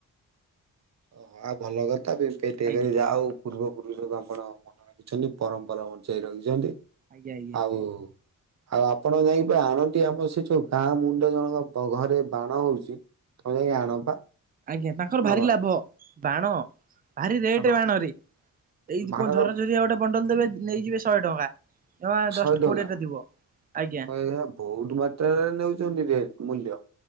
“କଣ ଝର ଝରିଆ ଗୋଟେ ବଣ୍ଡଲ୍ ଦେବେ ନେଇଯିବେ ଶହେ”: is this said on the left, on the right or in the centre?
Right